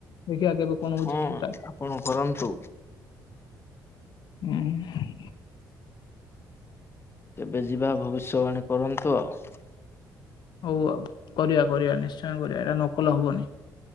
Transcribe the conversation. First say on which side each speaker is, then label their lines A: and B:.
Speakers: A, on the left (about 65°); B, on the left (about 30°).
A: ଦେଖିଆ କେବେ। କଣ ହଉଛି
B: ହଁ
A: ଠିକ ଠାକ
B: ଆପଣ କରନ୍ତୁ।
A: ହୁଁ।
B: କେବେ ଯିବା ଭବିଷ୍ୟବାଣୀ କରନ୍ତୁ ଆଉ।
A: ହଉ ଆଉ କରିବା କରିବା ନିଶ୍ଚୟ କରିବା ଏଇଟା ନକଲେ ହବନି।